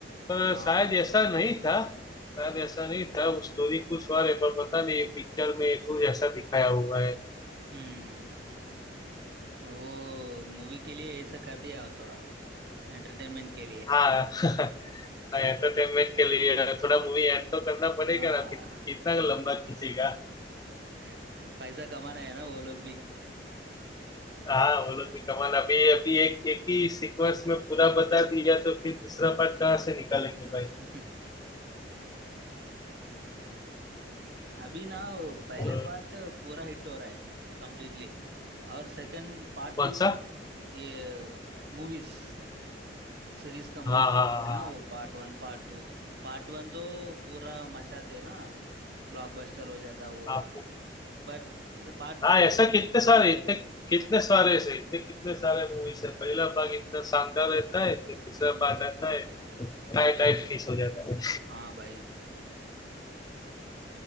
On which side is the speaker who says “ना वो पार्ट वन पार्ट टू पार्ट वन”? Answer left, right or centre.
Right